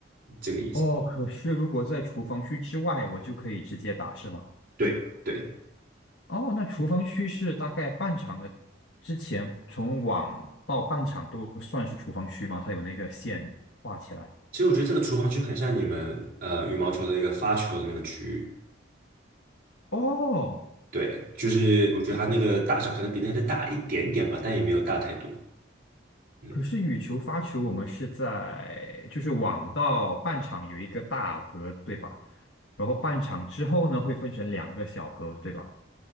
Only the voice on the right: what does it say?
这个意思。
对对，
其实我觉得这个厨房区很像你们呃羽毛球的一个发球的那个区域。
对，就是我觉得它那个大小可能比那个大一点点吧，但也没有大太多。嗯，